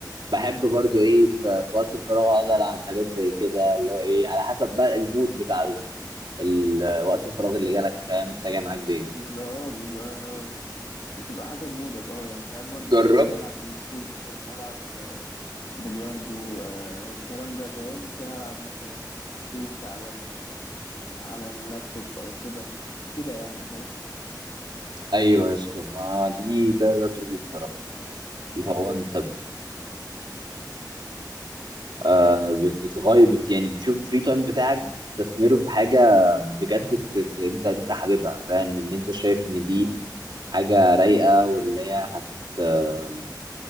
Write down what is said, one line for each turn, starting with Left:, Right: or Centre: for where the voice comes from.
Right: بحب برضو ايه في, في وقت الفراغ اقعد العب حاجات زي كده اللي هو ايه على حسب بقى المود بتاع ال- ال- وقت الفراغ اللي جالك فاهم انت جاي معاك بايه
Left: بيبقى اه بيبقى بتبقى حسب مودك اه يعني ساعات برضو
Right: جربت
Left: كنت احب العب بلاي ستيشن العب بلياردو آه الكلام ده فاهم ممكن العب مثلا جيمز على على اللابتوب او كده كده يعني فاهم
Right: ايوه يا اسطى ما دي ده ده طول الصراحه اللي هو
Left: مم.
Right: انت آه، بت- بتغير بت يعني بتشوف الفري تايم بتاعك بتستثمره في حاجه بجد بت- بت- انت انت حاببها فاهم ان انت شايف ان دي
Left: مم.
Right: حاجه رايقه واللي هي هت آه،